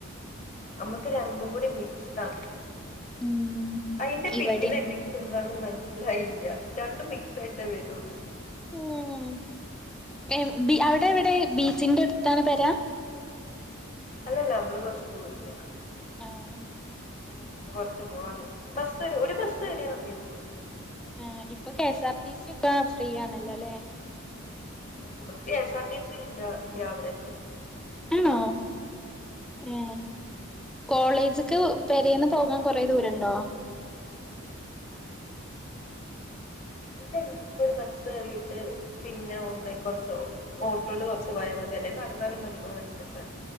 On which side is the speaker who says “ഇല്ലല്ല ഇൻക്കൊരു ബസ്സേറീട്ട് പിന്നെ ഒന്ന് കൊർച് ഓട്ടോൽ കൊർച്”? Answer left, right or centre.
Left